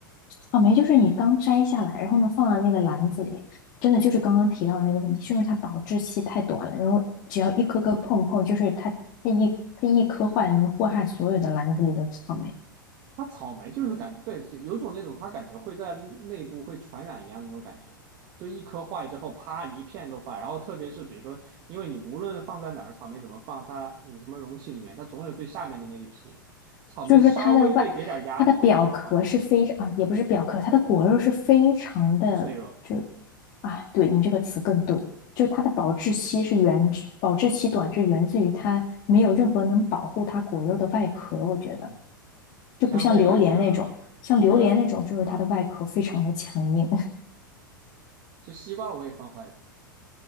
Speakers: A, on the left; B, on the right.
A: 草莓就是你刚摘下来，然后呢放到那个篮子里，真的就是刚刚提到的那个问题，就是它保质期太短了，然后只要一颗颗碰碰，就是它它一它一颗坏了能祸害所有的篮子里的草莓。
B: 它草莓就是感觉对，就有种那种它感觉会在内部会传染一样的那种感觉，就一颗坏之后，啪一片都坏。然后特别是比如说，因为你无论放在哪儿，草莓怎么放，它有什么容器里面，它总有最下面的那一批。草莓稍微被给点压力，
A: 就是它的外，它的表壳是非常啊，
B: 它就会坏，
A: 也不是表壳，它的果肉是非常的，
B: 脆弱。
A: 就是啊，对你这个词更对，就是它的保质期是源自，保质期短是源自于它没有任何能保护它果肉的外壳，我觉得
B: 嗯，
A: 就不像榴莲那种，
B: 相对来讲，
A: 像榴莲那种就是它的外壳非常的强硬。
B: 我觉得，啊、
A: <laughs>
B: 其实西瓜我也放坏了，